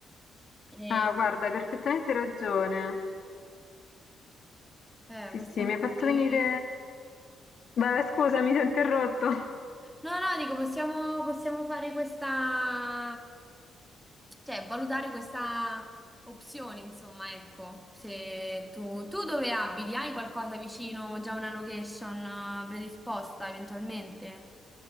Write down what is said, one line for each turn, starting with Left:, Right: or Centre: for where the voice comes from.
Centre: e
Left: Ah, guarda, hai perfettamente ragione.
Centre: eh,
Left: Sì,
Centre: possiamo
Left: sì, mi hai fatto
Centre: fare...
Left: venire... Vabbè, scusami, ti ho interrotto.
Centre: No, no, dico, possiamo, possiamo fare questa, cioè valutare questa opzione, insomma, ecco, se tu, tu dove abiti, hai qualcosa vicino, già una location eh, predisposta eventualmente?